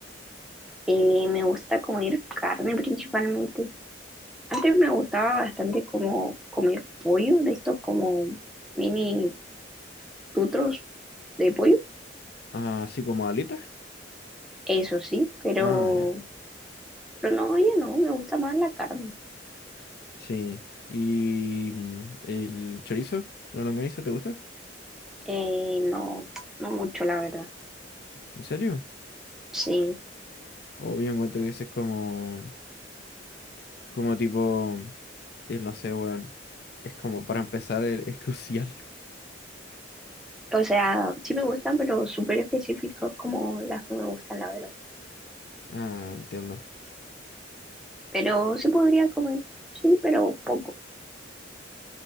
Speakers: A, in the centre; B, on the left.
A: Eh, me gusta comer carne principalmente. Antes me gustaba bastante como comer pollo, de estos como mini tutros de pollo,
B: Ah, así como alitas.
A: eso sí, pero,
B: Ah, ya.
A: pero no, oye, no, me gusta más la carne.
B: Sí. ¿Y mm, el chorizo? ¿La longaniza te gusta?
A: Eh, no, no mucho, la verdad.
B: ¿En serio?
A: Sí.
B: O yo encuentro que ese es como, como tipo, eh, no sé, weón. Es como, para empezar, es es crucial. <laughs>
A: O sea, sí me gustan, pero súper específicos como las que me gustan, la verdad.
B: Ah, entiendo.
A: Pero sí podría comer, sí, pero poco.